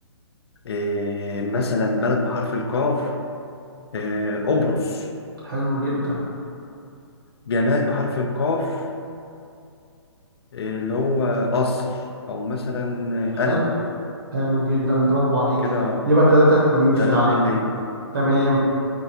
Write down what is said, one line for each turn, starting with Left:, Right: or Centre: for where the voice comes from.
Left: آه مثلا بلد بحرف القاف آه قبرص
Right: حلو جدا
Left: جماد بحرف القاف اللي هو قصر او مثلا
Right: حلو
Left: قلم
Right: حلو جدا برافو عليك
Left: كده
Right: يبقى 3 2 فعلا
Left: تلاتة اتنين ليا
Right: تمام